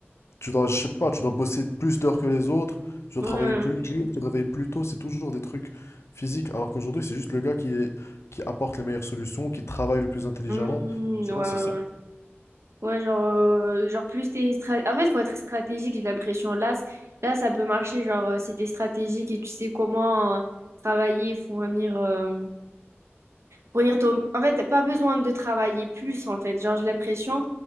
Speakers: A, on the left; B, on the right.
A: Tu dois, je sais pas, tu dois bosser plus d'heures que les autres, tu
B: Ouais.
A: dois travailler plus dur, te réveiller plus tôt, c'est toujours des trucs physiques. Alors qu'aujourd'hui, c'est juste le gars qui est, qui apporte les meilleures solutions, qui travaille le plus intelligemment.
B: Mmh,
A: Tu
B: ouais, ouais,
A: vois, c'est ça.
B: ouais. Ouais, genre, euh, genre plus t'es stra- En fait, faut être stratégique, j'ai l'impression. Là, c- là, ça peut marcher, genre, euh, si t'es stratégique et tu sais comment euh, travailler, fournir, euh, fournir ton... En fait, t'as pas besoin de travailler plus, en fait. Genre, j'ai l'impression.